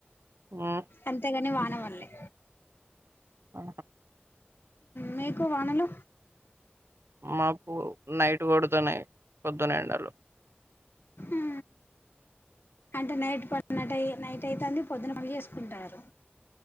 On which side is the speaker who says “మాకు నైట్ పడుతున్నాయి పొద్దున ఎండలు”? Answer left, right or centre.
Right